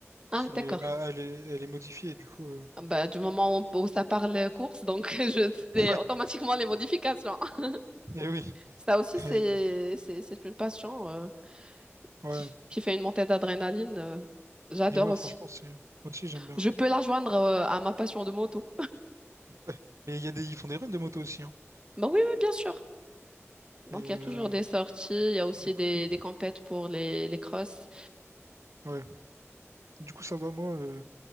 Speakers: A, on the right; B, on the right.
A: Ah,
B: C'est,
A: d'accord.
B: bah, elle est, elle est modifiée, du coup. euh,
A: Bah, du moment où, où ça parle course, donc <laughs> je sais
B: <laughs>
A: automatiquement les modifications. <laughs>
B: Ouais, Et oui,
A: Ça aussi, c'est,
B: et,
A: c'est, c'est une passion euh,
B: ouais,
A: qui, qui fait une montée d'adrénaline. euh, j'adore
B: et ouais,
A: aussi.
B: franchement, c'est, moi aussi, j'aime bien.
A: Je peux la joindre euh, à ma passion de moto.
B: ouais. Mais il y a des, ils font des runs de moto aussi, hein.
A: Bah oui, oui, bien sûr. Donc,
B: Et
A: il y
B: euh,
A: a toujours des sorties, il y a aussi
B: du coup,
A: des, des compètes pour les, les crosses.
B: ouais, du coup, ça va, moi. euh,